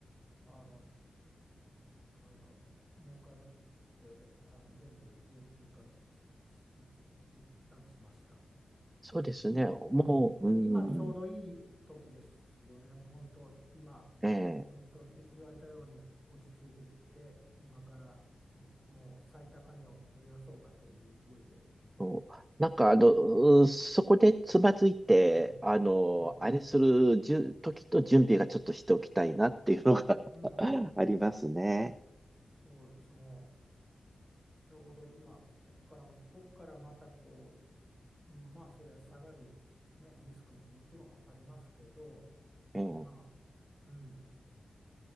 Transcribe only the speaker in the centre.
ー、あの、あの、儲かって、あの、全部現金化し、し、し一一旦しました。
で、
え今ちょうどいい時ですよね。
もう本当、今、
本当い言われたように落ち着いてきて、今からうんもう最高値を目指そうかという勢いで
来てるので、
うん、
うん、
うん、
そうです。もうちょうど今、こっから、こっからまたこう、うんまあ、それは下がる、ね、リスクももちろんありますけど、
まあ、うん。